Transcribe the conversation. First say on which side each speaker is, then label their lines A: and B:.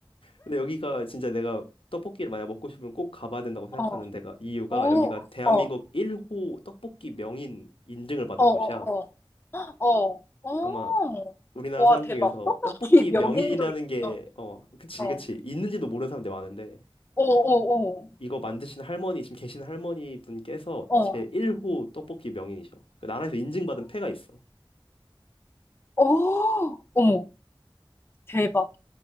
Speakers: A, on the left (about 80°); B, on the left (about 25°).
A: 근데 여기가 진짜 내가 떡볶이를 만약 먹고 싶으면 꼭 가봐야 된다고 생각하는
B: 어.
A: 데가 이유가
B: 오.
A: 여기가 대한민국
B: 어. 어.
A: 1호 떡볶이 명인 인증을 받은
B: 어. 어.
A: 곳이야.
B: 어. 어.
A: 아마 우리나라
B: 와
A: 사람
B: 대박.
A: 중에서
B: 떡볶이
A: 떡볶이
B: 명인도
A: 명인이라는
B: 있어.
A: 게, 어, 그치,
B: 어.
A: 그치. 있는지도 모르는 사람들 많은데,
B: 어. 어.
A: 이거 만드신 할머니, 지금 계신 할머니 분께서
B: 어.
A: 제
B: 어.
A: 1호 떡볶이 명인이셔. 그 나라에서 인증받은 패가 있어.
B: 어. 어머. 대박.